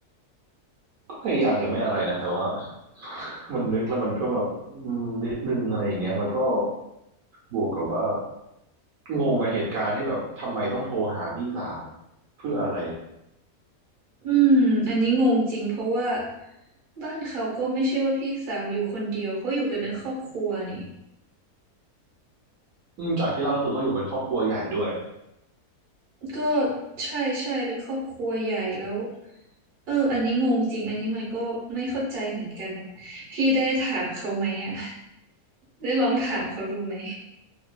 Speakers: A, on the right; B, on the right.
A: ก็พยายามจะไม่อะไรนะแต่ว่า <laughs> มันนึกแล้วมันก็แบบอืมนิดนึงอะไรอย่างเงี้ยแล้วก็บวกกับว่างงกับเหตุการณ์ที่แบบทำไมต้องโทรหาพี่สาวเพื่ออะไร
B: อืมอันนี้งงจริงเพราะว่าบ้านเขาก็ไม่ใช่ว่าพี่สาวอยู่คนเดียวเขาอยู่กันเป็นครอบครัวนี่
A: อืมจากที่เล่าก็คือเขาอยู่เป็นครอบครัวใหญ่ด้วย
B: ก็ใช่ใช่เป็นครอบครัวใหญ่แล้วเอออันนี้งงจริงอันนี้มันก็ไม่เข้าใจเหมือนกันอะพี่ได้ถามเขาไหมอ่ะได้ลองถามเขาดูไหม